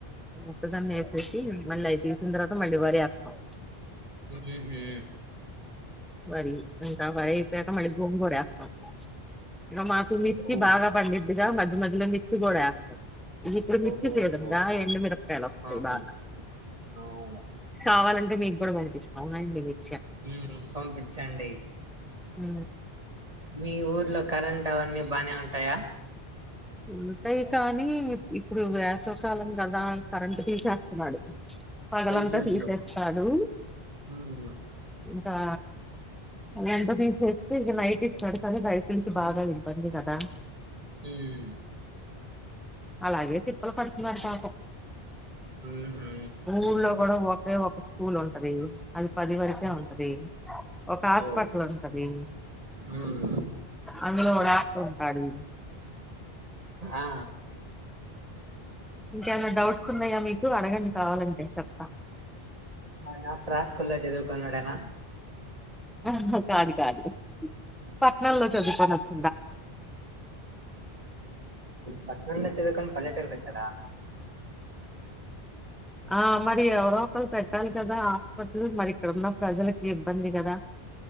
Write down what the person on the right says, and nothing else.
హుహు హు
ఓ
ఓ
ఓ.
అవును
అవును.
ఉ పంపించండి
మీ ఊర్లో కరెంట్ అవన్నీ బానే ఉంటాయా
అయ్యయ్యో!
హ్మ్.
హమ్
హుహు.
హ్మ్.
ఓహ్!
హ్మ్.
ఆ!
ఆయన ప్ర స్కూల్ చదువుకునోడెన
పట్నాంలో చదువుకొని పల్లెటురుకి వాచ్చడా